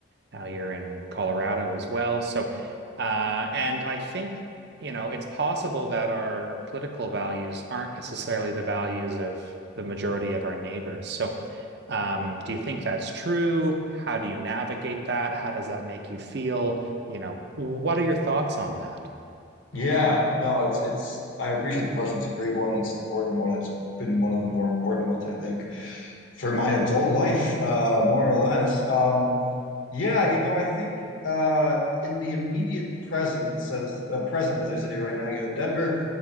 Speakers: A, on the right; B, on the left.
A: now you're in Colorado as well. So, uh, and I think, you know, it's possible that our political values aren't necessarily the values of the majority of our neighbors. So, um, do you think that's true? How do you navigate that? How does that make you feel? You know, what are your thoughts on that?
B: Yeah, no, it's it's I appreciate the question. It's a great one. It's an important one. It's been one of the more important ones, I think, for my adult life, uh, more or less. Um, yeah, you know, I think uh, in the immediate present, says uh, present, as I sit here right now, you know, Denver